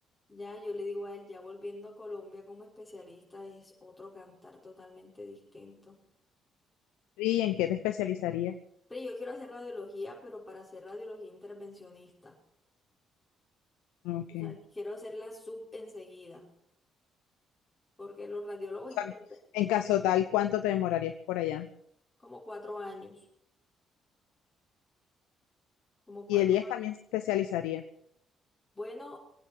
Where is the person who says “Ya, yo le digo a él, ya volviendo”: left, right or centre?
Left